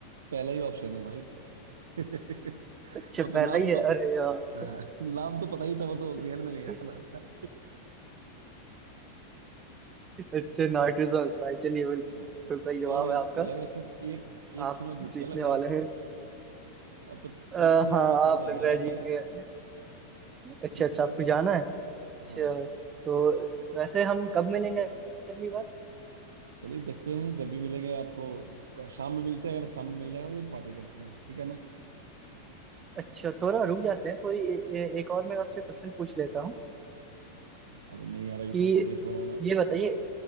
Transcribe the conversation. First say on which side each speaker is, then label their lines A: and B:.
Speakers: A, on the right; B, on the right.
A: पहला ही ऑप्शन है भाई <laughs>
B: अच्छा
A: वो तो
B: पहला
A: नाम
B: ही है
A: तो
B: अरे यार
A: हाँ, नाम तो पता ही था बस वो जहन
B: <laughs>
A: में नहीं आ रहा था
B: अच्छा नाइट्रोजन ऑक्साइड चलिए
A: <laughs>
B: बिल्कुल
A: चलो
B: सही जवाब
A: भाई लग
B: है आपका
A: रहा है शायद एक एक
B: आप
A: से मैं जीत
B: जीतने
A: के लग रहा
B: वाले
A: है ऐसा
B: हैं
A: अब तो
B: अ,
A: चलो ठीक
B: हाँ
A: है भाई थोड़ा
B: आप
A: सा
B: लग
A: जाना
B: रहा है जीत
A: भी है
B: गए अच्छा
A: ठीक
B: अच्छा
A: है ओके
B: आपको जाना
A: भाई
B: है अच्छा
A: हाँ
B: तो वैसे हम कब मिलेंगे अगली बार
A: चलिए देखते हैं जब भी मिलेंगे आपको शाम में मिलते हैं अगर शाम में मिल जाएगा तो फिर पार्टी करते हैं ठीक है ना
B: अच्छा थोड़ा रुक जाते हैं थोड़ी ए, ए, एक और मैं आपसे क्वेश्चन पूछ लेता हूँ
A: अरे नहीं यार अभी
B: कि
A: थोड़ा सा लेट हो रहा हूँ ना
B: ये बताइए